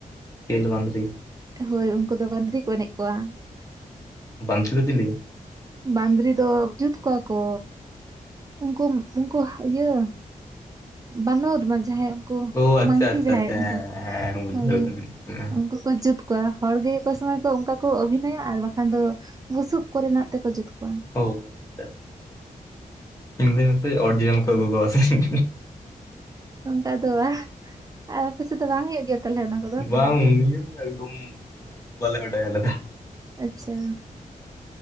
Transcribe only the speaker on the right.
ᱦᱳᱭ ᱩᱱᱠᱩ ᱫᱚ ᱵᱟᱸᱫᱽᱨᱤ ᱠᱚ ᱮᱱᱮᱡ ᱠᱚᱣᱟ᱾
ᱵᱟᱸᱫᱽᱨᱤ ᱫᱚ ᱡᱩᱛ ᱠᱚᱣᱟ ᱠᱚ, ᱩᱱᱠᱩ ᱩᱱᱠᱩ ᱤᱭᱟᱹ, ᱵᱟᱱᱚᱨ ᱡᱟᱦᱟᱸᱭ ᱩᱱᱠᱩ
ᱢᱟᱸᱝᱠᱤ
ᱡᱟᱦᱟᱸᱭ
ᱩᱱᱠᱩ
ᱦᱚᱸ
ᱩᱱᱠᱩ, ᱠᱚ ᱡᱩᱛ ᱠᱚᱣᱟ᱾ ᱦᱚᱲ ᱜᱮ ᱚᱠᱟ ᱥᱚᱢᱚᱭ ᱠᱚ ᱚᱱᱠᱟ ᱠᱚ ᱚᱵᱷᱤᱱᱚᱭᱟ ᱟᱨ ᱵᱟᱠᱷᱟᱱ ᱫᱚ ᱵᱩᱥᱩᱵ ᱠᱚᱨᱮᱱᱟᱜ ᱛᱮᱠᱚ, ᱠᱚ ᱡᱩᱛ ᱠᱚᱣᱟ᱾
ᱚᱱᱠᱟ ᱫᱚ ᱵᱟᱝ ᱟᱨ ᱟᱯᱮᱥᱮᱫ ᱫᱚ ᱵᱟᱝ ᱦᱩᱭᱩᱜ ᱜᱮᱭᱟ᱾ ᱛᱟᱦᱚᱞᱮ ᱚᱱᱟ ᱠᱚᱫᱚ
ᱟᱪᱷᱟ᱾